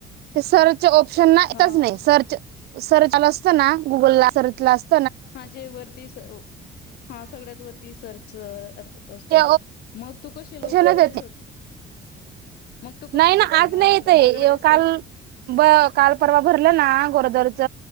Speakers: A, on the right; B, on the left.
A: ते सर ऑप्शनच ना येतच
B: हा
A: नाही सर्च सर्चला असतं ना गुगलला सर्चला असत
B: हा जे वरती हा सगळ्यात वरती सर्च असत
A: ते
B: मग तू कशी
A: ऑप्शनच
B: लोक कसे
A: येत
B: शोध मग तू कसं
A: नाही
B: करते
A: ना आज
B: मग
A: नाही येतय
B: दरवेळेस
A: काल
B: ते
A: ब काल परवा भरलं ना गोरदरच